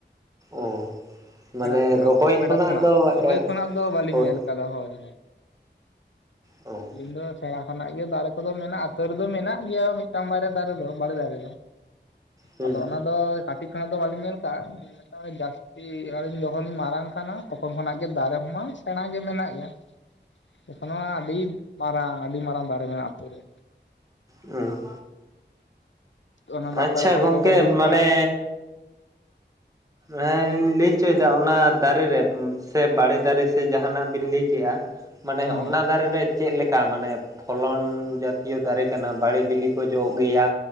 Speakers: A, on the right; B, on the left.
A: ᱚ ᱢᱟᱱᱮ
B: ᱯᱷᱮᱰᱟᱛ ᱠᱷᱚᱱᱟᱜ
A: ᱨᱚᱦᱚᱭ
B: ᱫᱚ ᱯᱷᱮᱰᱟᱛ
A: ᱠᱷᱚᱱᱟᱜ ᱫᱚ
B: ᱨᱚᱦᱚᱭ
A: ᱮ
B: ᱠᱷᱚᱱᱟᱜ ᱫᱚ ᱵᱟᱹᱞᱤᱧ
A: ᱦᱳᱭ
B: ᱧᱮᱞ ᱟᱠᱟᱫᱟ ᱦᱳᱭ ᱦᱳᱭ᱾
A: ᱚᱻ
B: ᱟᱹᱞᱤᱧ ᱫᱚ ᱥᱮᱬᱟ ᱠᱷᱚᱱᱟᱜ ᱜᱮ ᱫᱟᱨᱮ ᱠᱚᱫᱚ ᱢᱮᱱᱟᱜ-ᱟ᱾ ᱟᱹᱛᱩ ᱨᱮᱫᱚ ᱢᱮᱱᱟᱜ ᱜᱮᱭᱟ ᱢᱤᱫᱴᱟᱝ ᱵᱟᱨᱭᱟ ᱫᱟᱨᱮ ᱫᱚ ᱵᱟᱲᱮ ᱫᱟᱨᱮ ᱫᱚ᱾
A: ᱦᱩᱸ
B: ᱟᱫᱚ ᱚᱱᱟ ᱫᱚ ᱠᱟᱹᱴᱤᱡ ᱠᱷᱚᱱᱟᱜ ᱫᱚ ᱵᱟᱹᱞᱤᱧ ᱧᱮᱞ ᱠᱟᱜ-ᱟ ᱢᱤᱫᱴᱟᱝ ᱡᱟᱹᱥᱛᱤ ᱟᱹᱞᱤᱧ ᱡᱚᱠᱷᱚᱱ ᱞᱤᱧ ᱢᱟᱨᱟᱝ ᱠᱟᱱᱟ ᱛᱚᱠᱷᱚᱱ ᱠᱷᱚᱱᱟᱜ ᱜᱮ ᱫᱟᱨᱮ ᱦᱚᱸᱢᱟ ᱥᱮᱬᱟ ᱜᱮ ᱢᱮᱱᱟᱜ ᱜᱮᱭᱟ᱾ ᱮᱠᱷᱚᱱᱳ ᱟᱹᱰᱤ ᱢᱟᱨᱟᱝ ᱟᱹᱰᱤ ᱢᱟᱨᱟᱝ ᱫᱟᱨᱮ ᱢᱮᱱᱟᱜ-ᱟ ᱟᱛᱩ ᱨᱮ᱾
A: ᱮᱸ
B: ᱚᱱᱟ ᱞᱟᱛᱟᱨ
A: ᱟᱪᱪᱷᱟ
B: ᱨᱮ ᱦᱚᱲ
A: ᱜᱚᱝᱠᱮ
B: ᱠᱚᱠᱚ ᱫᱩᱲᱩᱵ
A: ᱢᱟᱱᱮ
B: ᱵᱟᱲᱟᱜᱼᱟ
A: ᱦᱮᱸ ᱤᱧ ᱞᱟᱹᱭ ᱪᱚᱭᱫᱟ ᱚᱱᱟ ᱫᱟᱨᱮ ᱨᱮ ᱥᱮ ᱵᱟᱲᱮ ᱫᱟᱨᱮ ᱥᱮ ᱡᱟᱦᱟᱸᱱᱟᱜ ᱵᱤᱱ ᱞᱟᱹᱭ ᱠᱮᱜ-ᱟ ᱢᱟᱱᱮ
B: ᱦᱚᱸ
A: ᱚᱱᱟ ᱫᱟᱨᱮ ᱨᱮ ᱪᱮᱫ ᱞᱮᱠᱟ ᱢᱟᱱᱮ ᱯᱷᱚᱞᱚᱱ ᱡᱟᱹᱛᱤᱭᱚ ᱫᱟᱨᱮ ᱠᱟᱱᱟ ᱵᱟᱲᱮ ᱵᱤᱞᱤ ᱠᱚ ᱡᱚᱜ ᱜᱮᱭᱟ?